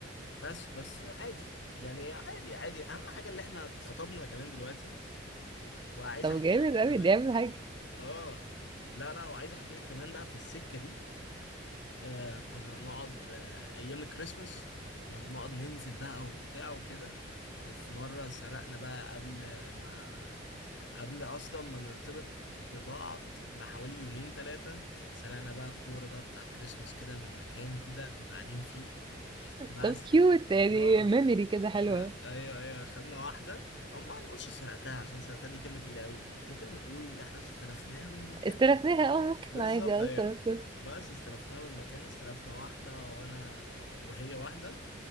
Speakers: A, on the left; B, on the right.
A: بس بس عادي يعني عادي عادي اهم حاجه اللي احنا اتخطبنا كمان دلوقتي وعايز
B: طب
A: احكي
B: جامد
A: لك
B: قوي
A: كمان
B: دي اهم حاجه
A: اه لا لا وعايز احكي لك كمان بقى في السكه دي آه كنا نقعد آه أيام الكريسماس كنا بنقعد ننزل بقى وبتاع وكده وفي مرة سرقنا بقى قبل ما قبل أصلا ما نرتبط ببعض بحوالي يومين تلاتة سرقنا بقى الكورة بقى بتاعت كريسماس كده من مكان كده كنا قاعدين فيه بس
B: طب كيوت يعني
A: اه
B: ميموري كده حلوه
A: سرقت ايوه ايوه خدنا واحدة او ما نقولش سرقتها عشان سرقتها دي كلمة تقيلة قوي ممكن نقول إن احنا استلفناها من المكان
B: استلفناها اه ممكن
A: بالظبط
B: عادي اه
A: ايوه
B: استلفت
A: بس استلفناها من مكان استلفنا واحدة وانا وهي واحدة